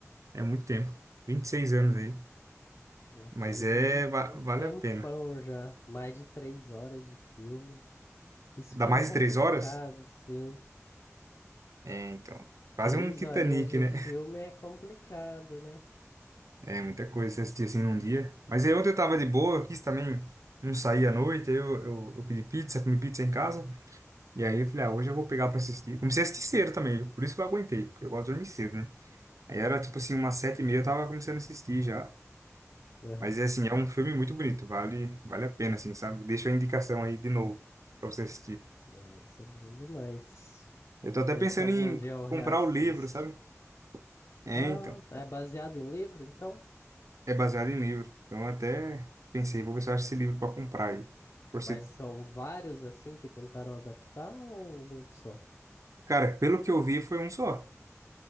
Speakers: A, on the right; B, on the left.
A: É muito tempo. vinte e seis anos aí.
B: Já
A: Mas
B: faz
A: é,
B: um,
A: va-
B: um
A: vale
B: tempão
A: a pena.
B: já. Mais de três horas de filme. Isso
A: Dá
B: que
A: mais
B: é o complicado,
A: de 3 horas?
B: sim.
A: É, então. Quase
B: Três
A: um Titanic,
B: horinhas de
A: né?
B: filme é complicado, né?
A: É muita coisa você assistir assim num dia. Mas aí ontem eu tava de boa, eu quis também não sair à noite. Aí eu, eu, eu pedi pizza, comi pizza em casa. E aí eu falei, ah, hoje eu vou pegar pra assistir. Comecei a assistir cedo também, viu? Por isso que eu aguentei, porque eu gosto de dormir cedo, né? Aí
B: Hum.
A: era tipo assim, umas sete e meia eu tava começando a assistir já.
B: Aham.
A: Mas é assim, é um filme muito bonito, vale, vale a pena, assim, sabe? Deixa a indicação aí de novo pra você assistir.
B: É, isso é bom demais.
A: Eu tô até
B: Vê
A: pensando
B: se algum
A: em
B: dia eu reassisto.
A: comprar o livro, sabe? É,
B: Ah,
A: então.
B: tá. é baseado em livro, então?
A: É baseado em livro. Então até pensei, vou ver se eu acho esse livro para comprar aí. Por
B: Mas
A: se...
B: são vários assim que tentaram adaptar ou um só?
A: Cara, pelo que eu vi foi um só.